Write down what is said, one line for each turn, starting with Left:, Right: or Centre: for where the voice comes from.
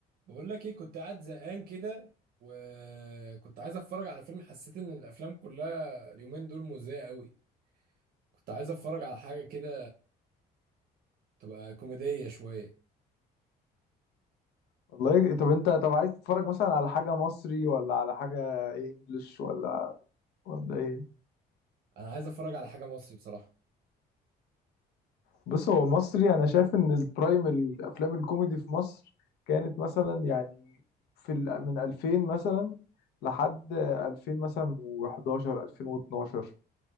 Right: بقول لك ايه كنت قاعد زهقان كده وكنت عايز اتفرج على فيلم حسيت ان الافلام كلها اليومين دول مزهقه قوي كنت عايز اتفرج على حاجه كده تبقى كوميديه شويه
Left: والله طب انت طب عايز تتفرج مثلا على حاجة مصري ولا على حاجة ايه انجلش ولا ولا ايه
Right: انا عايز اتفرج على حاجه مصري بصراحه
Left: بص هو مصري انا شايف ان البرايم الافلام الكوميدي في مصر كانت مثلا يعني في ال- من 2000 مثلا لحد 2000 مثلا و11 2012